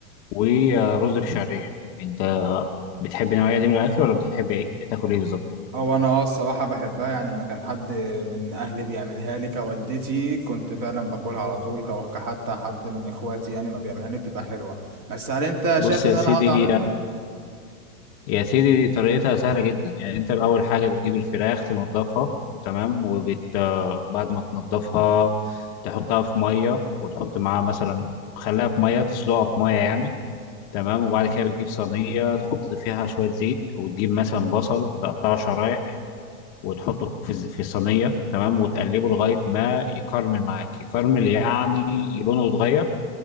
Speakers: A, on the left; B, on the right.
A: ورز بشعرية أنت بتحب النوعية دي من الأكل ولا بتحب إيه- تاكل إيه بالظبط؟
B: او انا اه الصراحه بحبها يعني لما كان حد من اهلي بيعملها لي كوالدتي كنت فعلا باكلها على طول كو- كحتى حد من اخواتي يعني ما بيعملها لي بتبقى حلوه بس هل انت شايف
A: بص
B: ان
A: يا
B: انا
A: سيدي
B: هقدر اعملها
A: هي- يا سيدي دي طريقتها سهلة جدا يعني أنت أول حاجة بتجيب الفراخ تنضفها تمام وبت آه، بعد ما تنضفها تحطها في مية وتحط معاها مثلا خليها في مية تسلقها في مية يعني تمام وبعد كده بتجيب صينية تحط فيها شوية زيت وتجيب مثلا بصل تقطعه شرايح وتحطه في الز- في الصينية تمام وتقلبه لغاية ما يكرمل معاك يكرمل يعني لونه يتغير